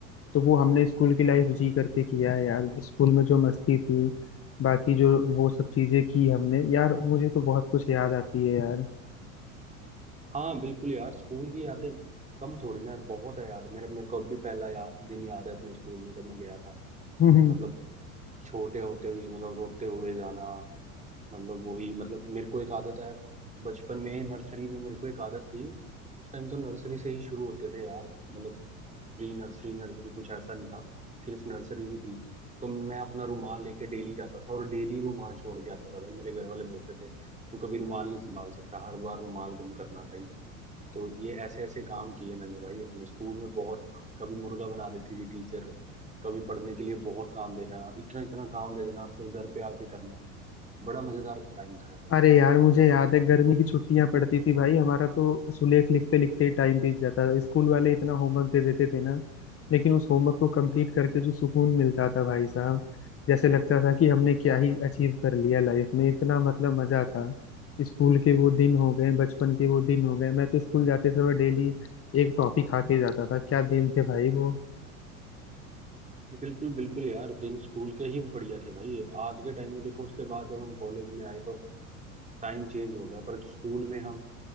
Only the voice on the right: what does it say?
हाँ बिल्कुल यार स्कूल की यादें कम थोड़ी ना है, बहुत है यार मेरा मेरे को अब भी पहला या, दिन याद है अपने स्कूल में जब मैं गया था
मतलब छोटे होते हुए मतलब रोते हुए जाना मतलब वही मतलब मेरे को एक आदत है बचपन में नर्सरी में मेरे को एक आदत थी उस टाइम तो नर्सरी से ही शुरू होते थे यार मतलब प्री नर्सरी नर्सरी कुछ ऐसा नहीं था सिर्फ नर्सरी ही थी तो मैं अपना रुमाल लेके डेली जाता था और डेली रुमाल छोड़ के आता था भाई मेरे घर वाले बोलते थे तू कभी रुमाल नहीं संभाल सकता हर बार रुमाल गुम करना भाई तो ये ऐसे ऐसे काम किए मैंने भाई अपने स्कूल में बहुत कभी मुर्गा बना देती थी टीचर कभी पढ़ने के लिए बहुत काम देना इतना इतना काम दे देना फिर घर पे आके करना बड़ा मजेदार टाइम था यार वो
बिल्कुल बिल्कुल यार दिन स्कूल के ही बढ़िया थे भाई आज के टाइम में देखो उसके बाद जब हम कॉलेज में आए तो टाइम चेंज हो गया पर स्कूल में हम